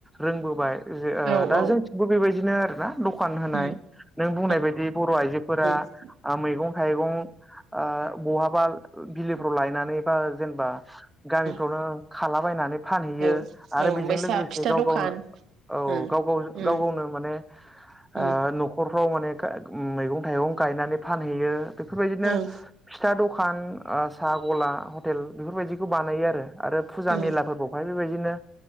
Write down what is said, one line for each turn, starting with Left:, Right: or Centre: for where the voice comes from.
Centre: रोंबोबाय। जे आं
Right: ओ
Centre: दा
Right: ओ
Centre: जोंथिबो बेबायदि बिदिनो आरो ना? दखान होनाय
Right: उम उम औ
Centre: । नों
Right: उम
Centre: बुंनाय बायदि बर' आइजोफोरा
Right: ओं
Centre: आ मैगं थाइगं आ बहाबाल- बिलोफ्राव लायनानै बा जेनेबा गामिफ्रावनो
Right: ओं
Centre: खालाबायनानै फानहैयो
Right: ओं औ
Centre: आरो
Right: ओमफ्राय
Centre: बेजों लोगोसे
Right: साहा फिथा
Centre: गाव
Right: दखान
Centre: गावनो औ
Right: ओं
Centre: गाव गाव
Right: उम
Centre: गाव गावनो माने ओ
Right: उम
Centre: न'खरफ्राव माने मैगं थाइगं गायनानै फानहैयो । बेफोरबायदिनो
Right: ओं
Centre: फिथा द खान आं साहा गला हटेल बेफोरबायदिखौ बानायो आरो आरो फुजा
Right: उम
Centre: मेला फोरबौहाय बेबायदिनो